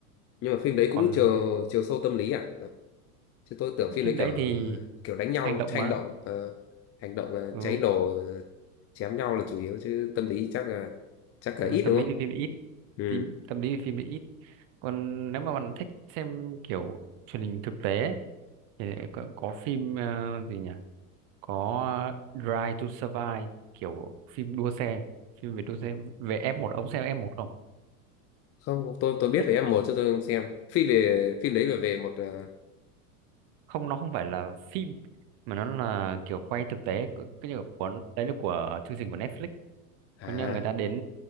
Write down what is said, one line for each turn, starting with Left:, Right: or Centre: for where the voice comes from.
Left: nhưng mà phim đấy
Right: còn
Left: cũng chiều chiều sâu tâm lý à chứ tôi tưởng phim
Right: phim
Left: đấy
Right: đấy
Left: kiểu
Right: thì
Left: kiểu đánh nhau
Right: hành động
Left: hành
Right: mà
Left: động ờ, hành động ờ,
Right: ừ,
Left: cháy nổ chém nhau là chủ yếu chứ tâm lý chắc là chắc là
Right: ừ
Left: ít
Right: tâm
Left: đúng
Right: lý
Left: không
Right: thì phim ít
Left: ừ
Right: Tim- tâm lý thì phim ít còn nếu mà bạn thích xem kiểu truyền hình thực tế ấy, thì lại có, có phim ờ, gì nhỉ có Drive to Survive kiểu phim đua xe phim về đua xe về F1 ông xem F1 không
Left: không tôi tôi biết
Right: Biết-
Left: về em một chứ tôi không xem phim về phim đấy là về một ờ,
Right: không nó không phải là phim mà nó là kiểu quay thực tế cái như là của đấy là của chương trình của Netflix
Left: à
Right: có nghĩa người ta đến